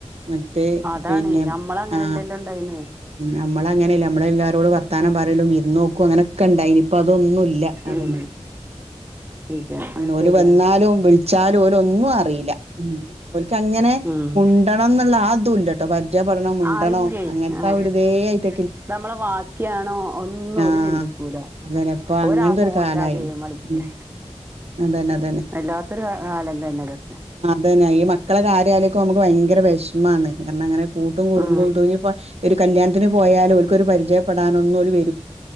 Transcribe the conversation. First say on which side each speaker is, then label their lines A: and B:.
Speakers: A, on the right; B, on the right.
A: മറ്റേ
B: അതാണ്
A: പിന്നെ
B: ഞമ്മള അങ്ങനെല്ലല്ലോ
A: ആ
B: ഉണ്ടായിന്ന്
A: നമ്മളെ നമ്മളെല്ലാരോടും വർത്താനംപറയലും വിര്ന്നോക്കും അങ്ങനൊക്കെണ്ടയിനി ഇപ്പോ അതൊന്നൂല്ല ല്ല അതന്നെ
B: ഉം ഇല്ല അത്
A: ഓല്
B: ശരിയാണ്
A: വന്നാലും വിളിച്ചാലും ഓര് ഒന്നും അറിയില്ല. ഒല്ക്ക്ങ്ങനെ
B: ഉം
A: മുണ്ടണം എന്നുള്ള ആ ഒരു തുല്ലട്ടൊ പാൽ ഇജാ പറ്ണ മിണ്ടണം
B: ആ ഇല്ലേ
A: അങ്ങൻത്ത
B: ആ
A: അഒര്തേ
B: ഇത്
A: അയ്‌റ്റ
B: നമ്മളെ ബാക്കിയാണോ ഒന്നും നമ്മളെ ബാക്കിയാണോ
A: ആഹ്
B: ചിന്തിക്കൂല
A: അതന്നെ ഇപ്പൊ
B: ഓരാ
A: അങ്ങനത്തെ
B: ആ ഫോണിൽ
A: ഒരു കാലായിണ്
B: ആ ഗെയിം കളിക്ക
A: ഉം അതന്നെ അതന്നെ
B: വല്ലാത്തൊരു കാലം തന്നെ ഇതൊക്കെ
A: പിന്നെ ഈ മക്കളെ കാര്യം നമുക്ക് ഭയങ്കര വിഷമം മാണ് കാരണം അങ്ങനെ കൂട്ടും കുടുംബവും
B: ഉം
A: തോങ്ങിയപ്പോ ഒരു കല്യാണത്തിന് പോയാലുംക്കൊ ഒരു പരിചയപ്പെടാനൊന്നും ഒരു